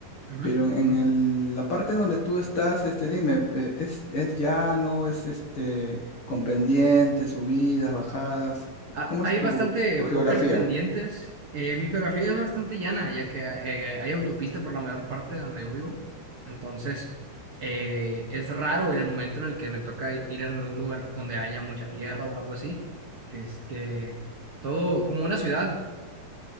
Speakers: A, on the right (about 45°); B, on the left (about 50°).
A: ujú.
B: Pero en en el- la parte donde tú estás, este, dime, eh, ¿es, es llano, es este, con pendientes, subidas, bajadas?
A: Ha-
B: ¿Cómo
A: Hay
B: es tu,
A: bastante
B: tu
A: pocas
B: geografía?
A: pendientes. Eh, mi geografía es bastante llana, ya que eh, hay autopista por la mayor parte de donde yo vivo. Entonces, eh, es raro en el momento en el que me toca i- ir a algún lugar donde haya mucha tierra o algo así. Este, todo como una ciudad.